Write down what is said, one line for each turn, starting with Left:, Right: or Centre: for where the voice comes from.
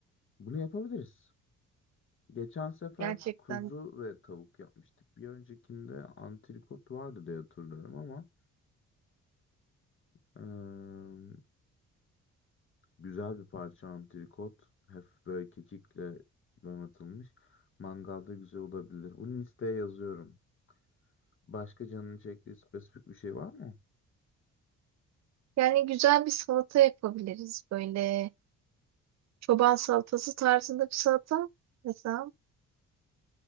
Left: bunu yapabiliriz. Geçen sefer
Right: Gerçekten.
Left: kuzu ve tavuk yapmıştık. Bir öncekinde antrikot vardı diye hatırlıyorum ama eee, güzel bir parça antrikot. Hep böyle kekikle donatılmış. Mangalda güzel olabilir. Bunu listeye yazıyorum. Başka canını çektiği spesifik bir şey var mı?
Right: Yani güzel bir salata yapabiliriz. Böyle çoban salatası tarzında bir salata. Mesela